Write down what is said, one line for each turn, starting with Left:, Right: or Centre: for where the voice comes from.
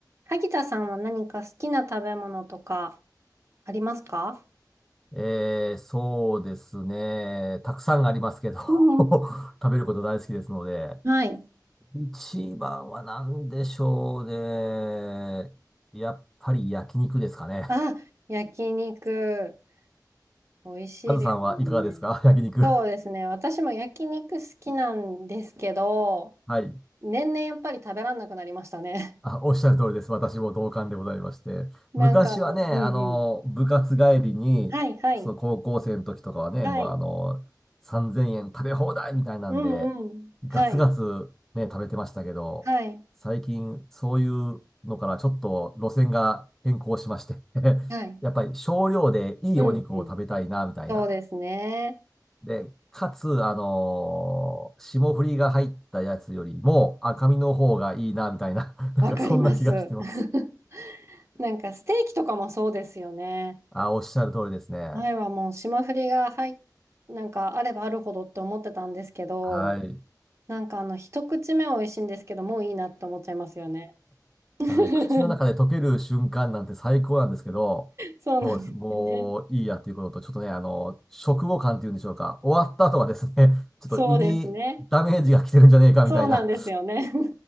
Right: 萩田さんは何か好きな食べ物とかありますか
Centre: えー、そうですね。たくさんありますけど
Right: うん。
Centre: <laughs> 食べること大好きですので。
Right: はい。
Centre: 一番は何でしょうね。やっぱり焼肉ですかね。
Right: あ、焼肉。美味しいですもんね。
Centre: カズさんはいかがですか <laughs> 焼肉。
Right: そうですね。私も焼肉好きなんですけど、
Centre: はい。
Right: 年々やっぱり食べらんなくなりましたね。
Centre: あ、おっしゃる通りです。私も同感でございまして。
Right: <laughs> なんかあの、
Centre: 昔はね、あの、
Right: うんうん。
Centre: 部活帰りに、
Right: はい、はい、
Centre: その高校生の時とかはね、
Right: はい。
Centre: もうあの、3000円食べ放題みたいなんで、
Right: うんうん。
Centre: ガツガツね、
Right: はい、
Centre: 食べてましたけど、
Right: はい、
Centre: 最近そういうのからちょっと路線が変更しまして <laughs>
Right: はい。
Centre: やっぱり少量でいいお肉を食べたいな、
Right: うんうん。
Centre: みたいな。
Right: そうですね。
Centre: で、かつ、あのー霜降りが入ったやつよりも赤身の方がいいな、みたいな。<laughs> なんかそんな気がしてます。
Right: わかります。<laughs> なんかステーキとかもそうですよね。
Centre: あ、おっしゃる通りですね。
Right: 前はもう霜降りが入っ、なんかあればあるほどって思ってたんですけど、
Centre: はい。
Right: なんかあの一口目は美味しいんですけど、もういいなって思っちゃいますよね。<laughs>
Centre: あのね、口の中で溶ける瞬間なんて最高なんですけど、
Right: そうなんですよね。
Centre: そうです。もういいやということと、ちょっとね、あの、食後感っていうんでしょうか。終わった後はですね、<laughs> ちょっと胃にダメージが来てるんじゃねえか、
Right: そうですね。そうなんですよね。
Centre: みたいな。